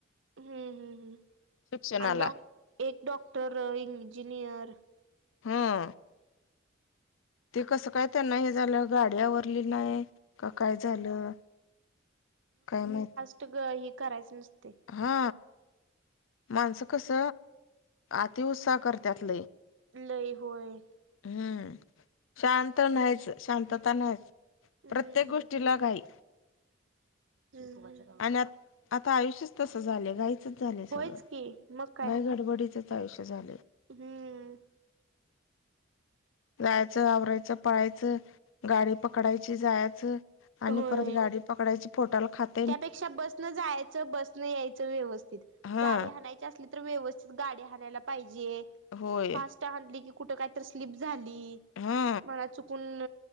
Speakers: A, on the right (about 65°); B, on the left (about 75°).
A: हम्म हम्म हम्म
B: शिक्षणाला
A: आणि डॉ एक डॉक्टर इंजिनियर
B: हा. ते कसं काय त्यांना हे झालं गाडी आवरली नाही. का काय झालं काय माहिती
A: ह करायच नसतय
B: हा माणसं कस अतिउत्साह करत्यात लय.
A: लई होय.
B: हम्म शांत नाहीच शांतता नाहीच.
A: हम्म
B: प्रत्येक गोष्टीला घाई
A: हम्म
B: आणि आ आता आयुष्यच तस झालंय काय झाले
A: होयच
B: सगळं
A: की मग काय
B: घाई गडबडीचच आयुष्य झाले.
A: हम्म.
B: जायचं आवरायचं पळायचं गाडी पकडायची जायचं. आणि
A: होय
B: परत गाडी पकडायची पोटाल खात.
A: त्यापेक्षा बसन जायचं बस न यायचं व्यवस्थित
B: हा
A: गाडी हानायची असली तर व्यवस्थित गाडी हाणायला पाहिजे.
B: होय.
A: आणली की कुठ कायत स्लीप झाली
B: हा
A: मला चुकून